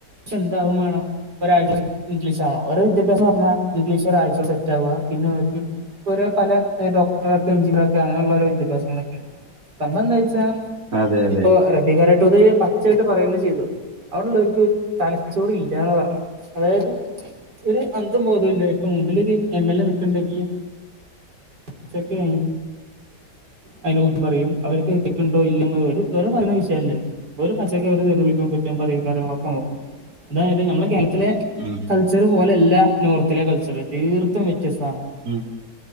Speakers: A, on the right; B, on the right.
A: ച്ചന്താവുമാണം ഒരാഴ്ച ഇംഗ്ലീഷ് ആവാ ഓര് വിദ്യാഭ്യാസംന്ന് പറഞ്ഞാഇംഗ്ലീഷ് ഒരാഴ്ച സെറ്റ് ആവ പിന്നൊർക്ക് ഓരോ പല ഡോടറർകെഎൻഞ്ചിനിയർ കെ അങ്ങനള്ള ഓരോ വിദ്യഭ്യാസങ്ങളൊക്കെയ സംഭവന്തച്ചാ
B: അതെ അതെ
A: ഇപ്പൊ റബിക്കാരാതൊട്ട് പച്ചായിട്ട് പറയ ചെയ്തു അവിടല്ലൊർക്ക് തലച്ചോറ് ഇല്ലന്ന പറഞ്ഞ് അതായത് ഒരു അന്തം ബോധല്ല ഇപ്പൊ മുമ്പിലൊരു എം എൽ എ നിക്ക്‌ണ്ടെങ്കി <unintelligible> <inaudible> അയ്നെ കുറിച്ച് പറയും അവർക്ക് കേക്കണ്ടോ ഇല്ലന്നരുഇ ത് വരെ പറയുന്ന വിഷയല്ലേ ഒരു പച്ചക്കെ ഒരു തെറിവിളിക്കും കുറ്റം പറയും കാര്യങ്ങളൊക്കെ നോക്കും അതായത് നമ്മുടെ കേളത്തിലെ
B: ഉം
A: കൾച്ചർ പോലല്ല നോർത്തിലെ കൾച്ചറ് തീർത്തും വ്യത്യസ്തണ്
B: ഉം